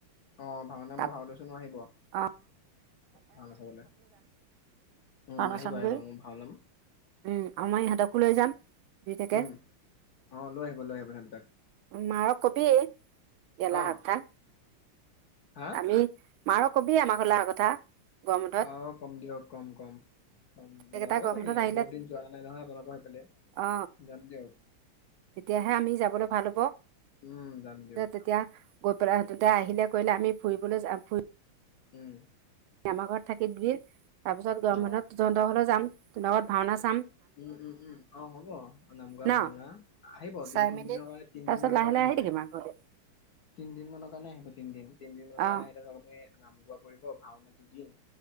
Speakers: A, on the left; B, on the right.
A: অ ভাওনা
B: ত
A: মই ভাও লৈছো নহয় আহিব
B: অ
A: ভাওনা চাবলৈ উম
B: ভাওনা
A: আহিব
B: চামগৈ
A: আহিব মই ভাও লম।
B: উম আমাৰ ইহঁতকো লৈ যাম। দুইটাকে
A: উম অ লৈ আহিব লৈ আহিব সিহঁত দুটাক।
B: মাৰক কবি ইয়ালে
A: অ
B: আহা কথা।
A: হা
B: আমি মাৰক কবি আমাৰ ঘৰলে অহা কথা। গৰম বন্ধত
A: অহ কম দিয়ক কম কম কম
B: এইকেইটা
A: যাব
B: গৰম
A: চাগে
B: বন্ধত আহিলে
A: বহুত দিন যোৱা নাই নহয় আপোনালোকৰ সেইফালে
B: অ
A: যাম দিয়ক
B: তেতিয়াহে আমি যাবলৈ ভাল হ'ব
A: উম যাম দিয়ক
B: তেতিয়া
A: যাম।
B: গৈ পেলাই ইহঁত দুটাই আহিলে কৰিলে আমি ফুৰিবলৈ যাম ফুৰি
A: উম।
B: আমাৰ ঘৰত থাকি দিবি তাৰ পিছত গৰম
A: অ
B: বন্ধত তহন্তৰ ঘৰলৈও যাম। <unintelligible> ভাওনা চা
A: উম- উম -উম অহ হব নামগোৱা
B: ন
A: ভাওনা আহিব
B: চাই
A: দুই তিন
B: মেলি
A: দিনৰ কাৰণে তিনদিন
B: তাৰপিছত
A: মানৰ
B: লাহে
A: কাৰণে
B: লাহে
A: আহিব।
B: আহি থাকিম আৰু ঘৰলৈ
A: তিনদিনমানৰ কাৰণে আহিব তিনদিন। তিনদিনৰ
B: অ
A: কাৰণে আহি থাকক আপুনি। নাম গোৱা পৰিব ভাওনা দুদিন।